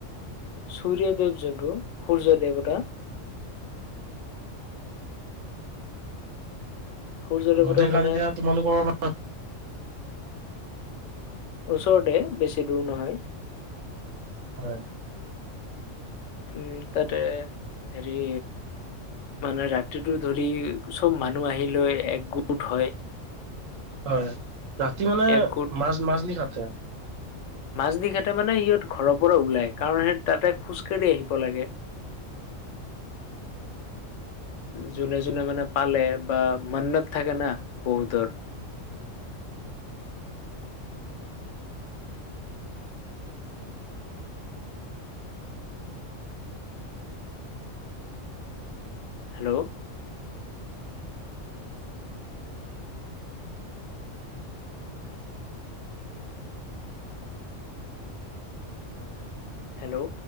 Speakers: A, on the left; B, on the right.
A: সূৰ্য্যদেৱ যোনটো সূৰ্যদেৱতা সূৰ্য দেৱতা
B: গোটেই গাঁৱত
A: মানে
B: এতিয়া তোমালোকৰ <unintelligible>
A: ওচৰতে, বেছি দূৰ নহয়।
B: হয়।
A: উম, তাতে হেৰি মানে, ৰাতিটো ধৰি চব মানুহ আহি লৈ একগোট হয়।
B: হয়, ৰাতি মানে
A: একগোট
B: মাজ, মাজনিশাতে
A: মাজনিশাতে মানে সিহঁত ঘৰৰ পৰা ওলাই। কাৰণ, সেই তাতে খোজকাঢ়ি আহিব লাগে।
B: <unintelligible>
A: যোনে, যোনে মানে পালে, বা মন্নত থাকে না বহুতৰ হেল্ল'। হেল্ল'।